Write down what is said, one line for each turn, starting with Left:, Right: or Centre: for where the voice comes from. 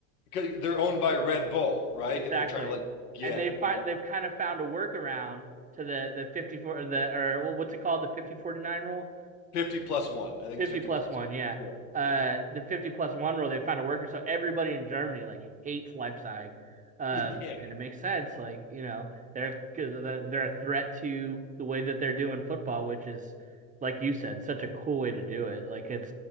Left: 'Cause they're owned by Red Bull, right?
Right: Exactly.
Left: And they're trying to like, yeah,
Right: And they find
Left: yeah,
Right: they've kind of found a workaround to the the 54 the or well, what's it called the 50 49 rule
Left: 50 plus one. I think
Right: 50
Left: it's 50
Right: plus
Left: plus
Right: one,
Left: one.
Right: yeah.
Left: Yeah,
Right: Uh,
Left: yeah,
Right: the 50 plus one rule, they found a worker. So everybody in Germany like hates Leipzig. Uh,
Left: <laughs> yeah,
Right: and it makes sense. Like, you know, they're, cause are a threat to the way that they're doing football, which is, like you said, such a cool way to do it. Like it's,